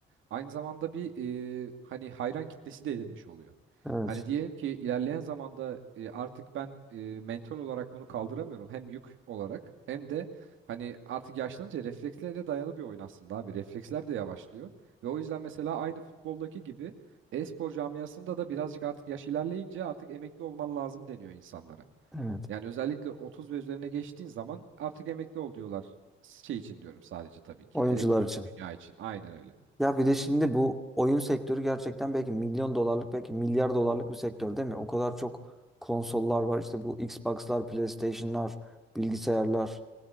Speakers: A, on the right; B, in the centre.
A: aynı zamanda bir e, hani hayran kitlesi de edinmiş oluyor.
B: Evet.
A: Hani diyelim ki ilerleyen zamanda e, artık ben e, mental olarak bunu kaldıramıyorum hem yük olarak hem de hani artık yaşlanınca reflekslere dayalı bir oyun aslında abi refleksler de yavaşlıyor ve o yüzden mesela aynı futboldaki gibi e-spor camiasında da birazcık artık yaş ilerleyince artık emekli olman lazım deniyor insanlara.
B: Evet.
A: Yani özellikle 30 ve üzerine geçtiğin zaman artık emekli ol diyorlar. Şey için diyorum sadece tabii ki.
B: Oyuncular
A: Elektronik
B: için.
A: dünya için. Aynen öyle.
B: Ya bir de şimdi bu oyun sektörü gerçekten belki milyon dolarlık belki milyar dolarlık bir sektör değil mi? O kadar çok konsollar var işte bu Xbox'lar, PlayStation'lar, bilgisayarlar.